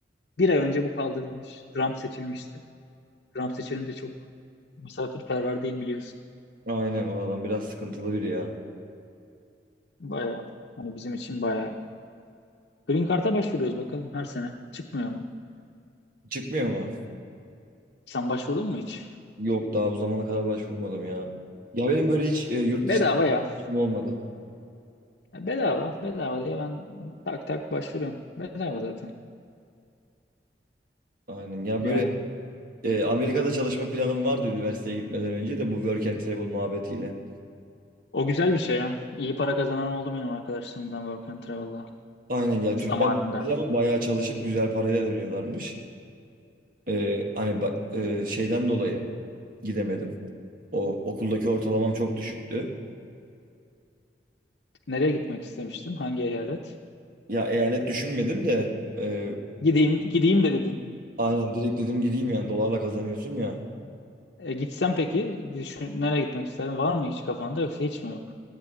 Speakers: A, on the left; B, on the right.
A: Bir ay önce bu kaldırılmış. Trump seçilmişti. Trump seçilince çok misafirperver değil biliyorsun.
B: Aynen o adam biraz sıkıntılı biri ya.
A: Bayağı. Hani bizim için bayağı. Green Card'a başvuruyoruz bakalım her sene. Çıkmıyor mu?
B: Çıkmıyor mu?
A: Sen başvurdun mu hiç?
B: Yok daha bu zamana kadar başvurmadım ya. Ya benim böyle hiç e, yurt
A: Bedava
B: dışında
A: ya.
B: planım olmadı.
A: Ya Bedava. Bedava diye ben tak tak başvuruyorum. Bedava zaten.
B: Aynen. Ya
A: Yani.
B: böyle e, Amerika'da çalışma planım vardı üniversiteye gitmeden önce de bu work and travel muhabbetiyle.
A: O güzel bir şey ya. İyi para kazanan oldu benim arkadaşlarımdan Work and Travel'da.
B: Aynen ya
A: Zamanında.
B: Türkler ama bayağı çalışıp güzel parayla dönüyorlarmış. Ee, hani ba- e, şeyden dolayı gidemedim. O okuldaki ortalamam çok düşüktü.
A: Nereye gitmek istemiştin? Hangi eyalet?
B: Ya eyalet düşünmedim de e,
A: Gideyim, gideyim de dedin.
B: aynen direkt dedim gideyim yani dolarla kazanıyorsun ya.
A: E, gitsem peki düşün, nereye gitmek isterdin? Var mı hiç kafanda yoksa hiç mi yok?